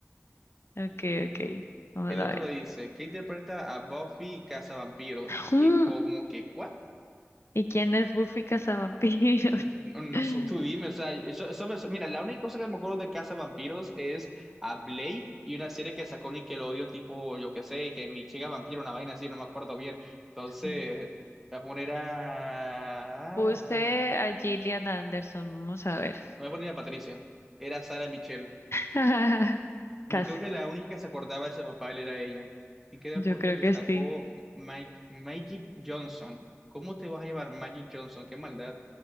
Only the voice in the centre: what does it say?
El
otro
dice, ¿qué interpreta a Buffy Cazavampiro?
Que como que, ¿cuál?
No, no
sé, tú dime, o sea, eso, eso me- mira, la única cosa que me acuerdo de Casa Vampiros es a Blade y una serie que sacó Nickelodeon, tipo, yo qué sé, que mi chica vampiro, una vaina así, no me acuerdo bien. Entonces,
voy a poner a...
Voy a poner a Patricia. Era Sara Michelle.
Yo
creo que la única que se acordaba de ese papel era ella. ¿En qué deporte
destacó
Mike, Magic Johnson? ¿Cómo te vas a llamar Magic Johnson? Qué maldad,